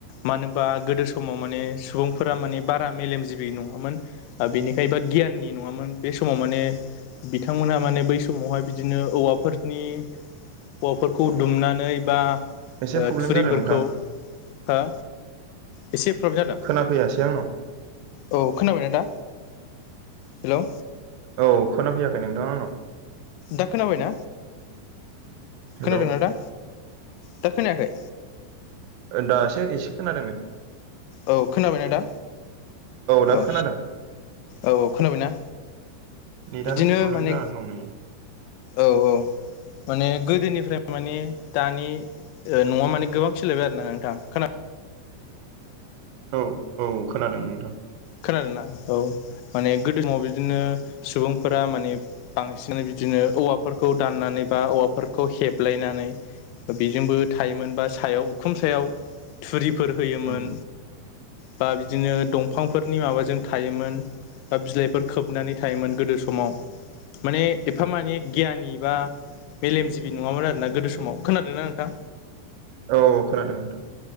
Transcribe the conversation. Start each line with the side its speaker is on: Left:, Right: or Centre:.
Left: मानोबा गोदो समाव माने सुबुंफोरा माने बारा मेलेमजिबि नङामोन बेनिखाय। बा गियाननि नङामोन बे समाव माने बिथांमोनहा माने बै समावहाय बिदिनो औवाफोर नि औवाफोरखौ दुमनानै बा
Right: एसे प्रब्लेम
Left: थुरिफोरखौ
Right: जादों नोंथां
Left: हो एसे प्रब्लेम जादों
Right: खोनाफैयाासै आंनाव।
Left: औ खोनाबायना दा? हेलौ।
Right: औ खोनाफैयाखै नोंथां आंनाव।
Left: दा खोनाबाय ना
Right: हेलौ
Left: खोनादोंना दा? दा खोनायाखै?
Right: दासो एसे खोनादों नै।
Left: औ खोनाबायना दा
Right: दा
Left: औ
Right: खोनादों
Left: औ औ खोनाबायना?
Right: नेटआनो
Left: बिदिनो
Right: प्रब्लेम
Left: माने
Right: जानानै दं नै
Left: औ औ माने गोदोनिफ्राय माने दानि नङा माने गोबां सोलायबाय आरो ना नोंथां खोना
Right: औ औ खोनादों नोंथां।
Left: खोनादोंना औ माने गोदोआव बिदिनो सुबुंफोरा माने बांसिनानो बिदिनो औवाफोरखौ दाननानै बा औवाफोरखौ हेबलायनानै। बेजोंबो थायोमोन बा सायाव उखुम सायाव थुरि फोर होयोमोन
Right: उम
Left: बा बिदिनो दंफां फोरनि माबाजों थायोमोन बा बिलाइफोर खोबनानै थायोमोन गोदो समाव। माने एफा माने गियानि बा मेलेमजिबि नङामोन आरो ना गोदो समाव खोनादों ना नोंथां
Right: औ औ खोनादों नोंथां